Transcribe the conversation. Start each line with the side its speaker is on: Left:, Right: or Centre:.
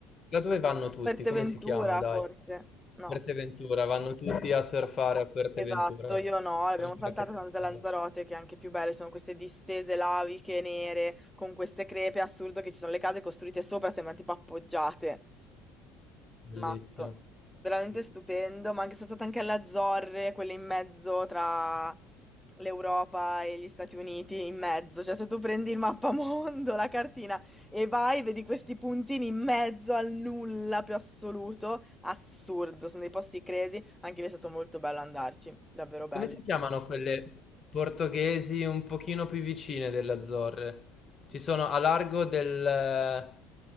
Left: Da dove vanno tutti?
Centre: Fuerteventura
Left: Come si chiama? Dai.
Centre: forse, no.
Left: Fuerteventura, vanno tutti a surfare
Centre: Eh.
Left: a Fuerteventura.
Centre: Esatto, io no, l'abbiamo
Left: Quella
Centre: saltata,
Left: che
Centre: siamo andate
Left: pensavo.
Centre: a Lanzarote, che è anche più belle, sono queste distese laviche nere con queste crepe, è assurdo che ci sono le case costruite sopra, sembrano tipo appoggiate.
Left: Bellissimo.
Centre: Matto. Veramente
Left: Sì, sì. sì.
Centre: stupendo, ma anche sono stata anche alle Azzorre, quelle in mezzo tra l'Europa e gli Stati Uniti, in mezzo, cioè se tu prendi il mappamondo, <laughs> la cartina e vai, vedi questi puntini in mezzo al nulla più assoluto, assurdo, sono dei posti crazy. Anche lì è stato molto bello andarci, davvero bello.
Left: Come si chiamano quelle portoghesi un pochino più vicine delle Azzorre? Ci sono a largo del... eh,